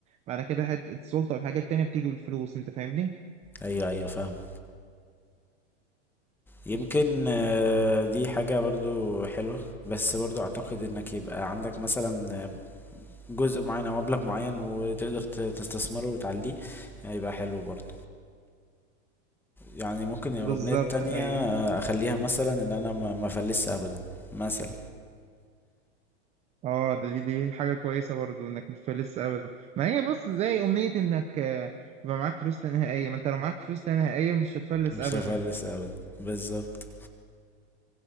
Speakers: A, on the right; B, in the centre.
A: بعد كده حته السلطه والحاجات التانيه بتيجي بالفلوس انت فاهمني
B: ايوه ايوه فاهمك يمكن آه، دي حاجة برضو حلوة بس برضو اعتقد انك يبقى عندك مثلا آه، جزء معين او مبلغ معين وتقدر ت- تستثمره وتعليه هيبقى حلو برضو يعني ممكن يعني
A: بالظبط
B: الأغنية التانية
A: ايوه
B: آه، أخليها مثلا إن أنا ما ما أفلسش أبدا مثلا
A: اه ده دي دي حاجة كويسة برضو انك مش فلس ابدا ما هي بص زي امنية انك آه، يبقى معاك فلوس لا نهائية ما انت لو معاك فلوس لا نهائية مش هتفلس
B: مش
A: ابدا
B: هفلس أبدا بالظبط